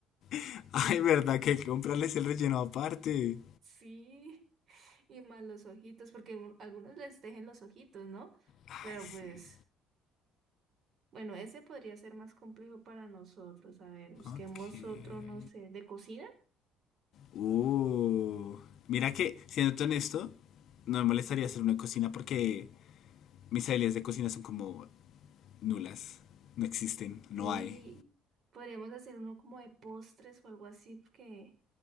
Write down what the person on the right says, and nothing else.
Sí, y más los ojitos, porque un- algunos les tejen los ojitos, ¿no?
Pero
pues, bueno, ese podría ser más complejo para nosotros. A ver, busquemos
otro, no sé, de cocina.
Sí,
podríamos hacer uno como de postres o algo así, porque...